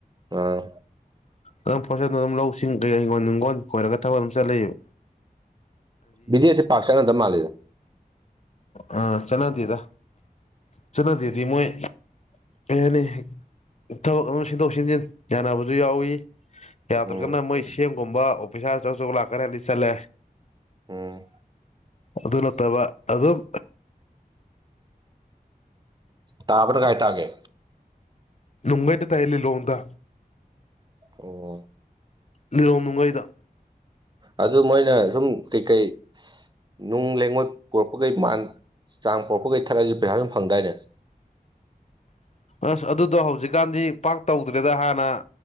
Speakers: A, on the right; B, on the left.
A: ꯑꯥ
B: ꯑꯗꯨꯝ ꯄꯣꯠꯆꯩ ꯑꯗꯨꯝ ꯂꯧꯁꯤꯡ ꯀꯩꯀꯩ ꯍꯤꯡꯒꯣꯜ ꯅꯨꯡꯒꯣꯜ ꯈꯣꯏꯔꯒ ꯊꯕꯛ ꯑꯗꯨꯝ ꯆꯠ ꯂꯩꯕ
A: ꯕꯤꯗ‌ꯦꯗꯤ ꯄꯥꯛ ꯆꯪꯅꯗ ꯃꯥꯜꯂꯤꯗ
B: ꯑ ꯆꯠꯅꯗ‌ꯦꯗ ꯆꯠꯅꯗ‌ꯦꯗꯤ ꯃꯣꯏ ꯀꯩ ꯍꯥꯏꯅꯤ ꯊꯕꯛ ꯑꯃ ꯁꯤꯟꯗꯣꯛ ꯁꯤꯟꯖꯤꯟ ꯌꯥꯅꯕꯁꯨ ꯌꯥꯎꯋꯤ ꯌꯥꯗ꯭ꯔꯒꯅ
A: ꯎꯝ
B: ꯃꯣꯏ ꯁꯤꯑꯦꯝꯒꯨꯝꯕ ꯑꯣꯐꯤꯁꯥꯔ ꯑꯆꯧ ꯑꯆꯧꯕ ꯂꯥꯛꯀꯥꯟꯗꯗꯤ ꯆꯠꯂꯦ
A: ꯎꯝ
B: ꯑꯗꯨ ꯅꯠꯇꯕ ꯑꯗꯨꯝ
A: ꯇꯥꯕꯅ ꯀꯥꯏ ꯇꯥꯒꯦ
B: ꯅꯨꯡꯕ ꯍ‌ꯦꯛꯇ ꯇꯥꯏ ꯂꯤꯂꯣꯡꯗ
A: ꯑꯣ
B: ꯂꯤꯂ‌ꯣꯡ ꯅꯨꯡꯉꯩꯗ
A: ꯑꯗꯨ ꯃꯣꯏꯅ ꯁꯨꯝ ꯀꯩ ꯀꯩ ꯅꯨꯡ ꯂꯩꯉꯣꯏ ꯄꯨꯔꯛꯄꯈꯩ ꯃꯥꯟ ꯆꯥꯡ ꯄꯨꯔꯛꯄꯈꯩ ꯊꯒꯠꯂꯗꯤ ꯄꯩꯁꯥ ꯗꯨꯝ ꯐꯪꯗꯥꯏꯅꯦ
B: ꯑꯁ ꯑꯗꯨꯗꯣ ꯍꯧꯖꯤꯛꯀꯥꯟꯗꯤ ꯄꯥꯛ ꯇꯧꯗ꯭ꯔꯦꯗ ꯍꯥꯟꯅ